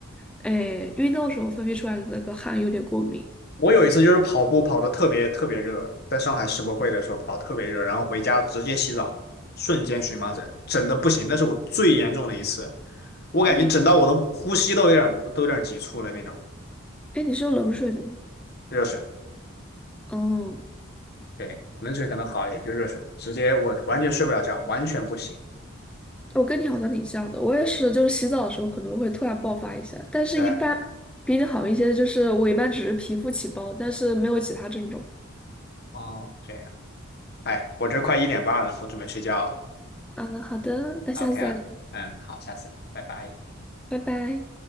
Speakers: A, in the centre; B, on the left.
A: 哎，运动时候分泌出来的那个汗有点过敏。
B: 我有一次就是跑步跑得特别特别热，在上海世博会的时候跑得特别热，然后回家直接洗澡，瞬间荨麻疹，整的不行，那是我最严重的一次，我感觉整到我的呼吸都有点都有点急促了那种。
A: 哦，哎，你是用冷水的吗？
B: 热水，
A: 哦。
B: 对，冷水可能好一点，就热水，直接我完全睡不了觉，完全不行。
A: 我跟你好像挺像的，我也是，就是洗澡的时候可能会突然爆发一下，但是一般
B: 对，
A: 比你好一些，就是我一般只是皮肤起包，但是没有其他症状。
B: 哦，这样。哎，我这快一点半了，我准备睡觉了。
A: 啊，好的，那下次再聊，
B: OK，嗯，好，下次聊，拜拜。
A: 拜拜。